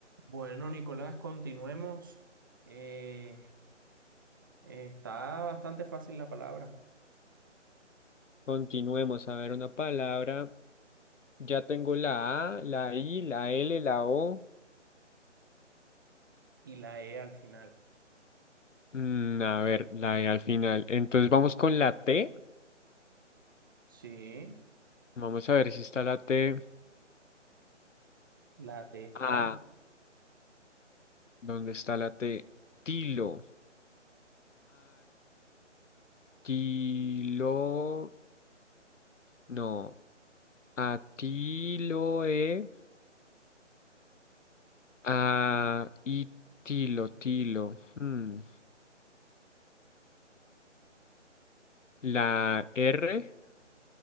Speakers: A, on the right; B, on the left.
A: Bueno, Nicolás, continuemos. Eh, eh, está bastante fácil la palabra.
B: Continuemos a ver una palabra. Ya tengo la A, la I, la L, la O.
A: Y la E al final.
B: Mm, a ver, la E al final. Entonces vamos con la T.
A: Sí,
B: Vamos a ver si está la T.
A: la T está.
B: Ah, ¿dónde está la T? Tilo. Artilo. No. Atiloe. A y tilo, tilo. Mm, La R.